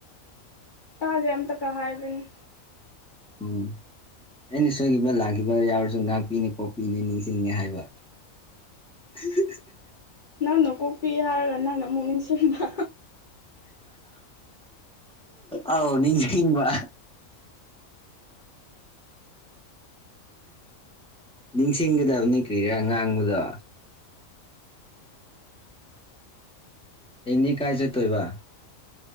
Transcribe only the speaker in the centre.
ꯎꯝ ꯑꯩꯅ ꯁꯣꯏꯈꯤꯕ ꯂꯥꯛꯈꯤꯕ ꯌꯥꯎꯔꯁꯨ ꯉꯥꯛꯄꯤꯅꯤ ꯀꯣꯛꯄꯤꯅꯤ ꯅꯤꯡꯁꯤꯡꯅꯤ ꯍꯥꯏꯕ ꯎ
ꯑ ꯅꯤꯡꯁꯨ ꯏꯕ ꯅꯤꯡꯁꯤꯡꯒꯗꯕꯅꯤ ꯀꯔꯤꯔꯥ ꯉꯥꯡꯕꯗꯣ ꯑꯦꯅꯤ ꯀꯥꯏꯁꯦ ꯇꯣꯏꯕ